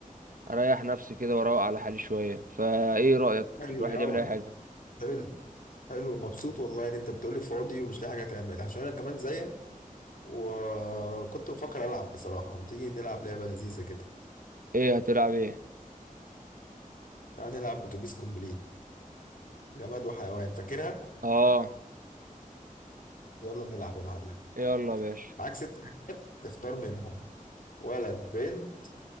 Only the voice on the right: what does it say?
اريح نفسي كده واروق على حالي شوية فايه رأيك
الواحد يعمل
اي حاجة
ايه هتلعب ايه
اه
يلا يا باشا